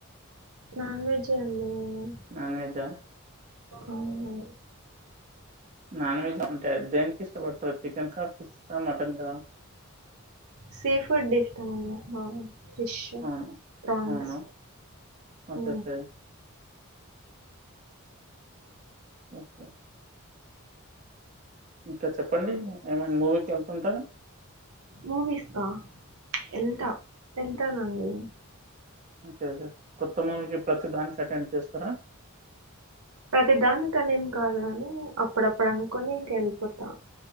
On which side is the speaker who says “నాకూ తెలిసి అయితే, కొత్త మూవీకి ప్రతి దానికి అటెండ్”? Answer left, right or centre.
Right